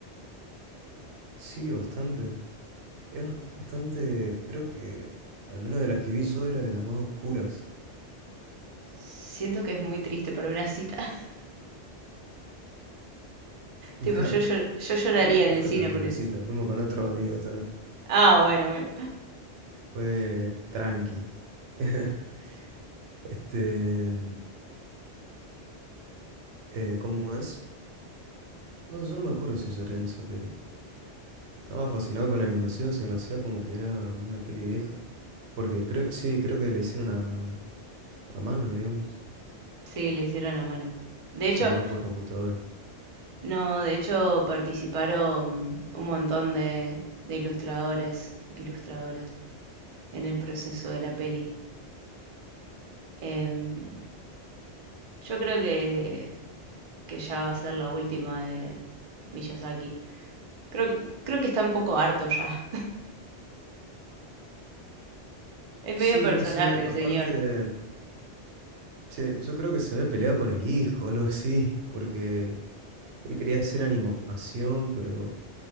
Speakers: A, on the right; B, on the right.
A: Sí, bastante. Es bas- bastante, creo que al menos de las que vi yo era de las más oscuras.
B: Siento que es muy triste para una cita. <laughs>
A: <laughs>
B: Tipo, yo, llor- yo lloraría
A: Nada, no
B: en
A: fue
B: el cine
A: tanto
B: por
A: una
B: él.
A: cita, fuimos con otros amigos
B: Ah, bueno, bueno.
A: Fue tranqui. <laughs> Este, mm, eh, ¿cómo es? No, yo no me acuerdo si lloré en esa peli. Estaba fascinado con la animación, se me hacía como que era una peli vieja. Porque creo, sí, creo que la hicieron a, a mano, digamos.
B: Sí, le hicieron a mano. De
A: O
B: hecho,
A: sea, no por computadora.
B: no, de hecho participaron un montón de, de ilustradores, ilustradoras en el proceso de la peli. Em, yo creo que, que ya va a ser la última de Miyazaki. Creo, creo que está un poco harto ya. Es medio
A: Sí,
B: personaje
A: no sé,
B: el
A: aparte,
B: señor.
A: che, yo creo que se había peleado con el hijo, algo así, porque él quería hacer animación, pero